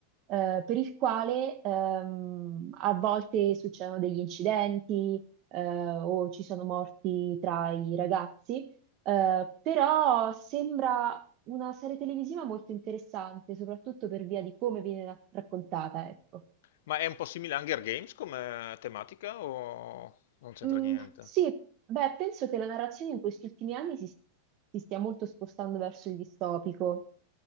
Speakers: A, on the right (about 40°); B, on the left (about 70°).
A: eh, per il quale ehm, a volte succedono degli incidenti, eh, o ci sono morti tra i ragazzi, eh, però sembra una serie televisiva molto interessante, soprattutto per via di come viene ra- raccontata, ecco.
B: Ma è un po' simile a Hunger Games come tematica o non c'entra
A: Mm,
B: niente?
A: sì, beh, penso che la narrazione in questi ultimi anni si, si stia molto spostando verso il distopico.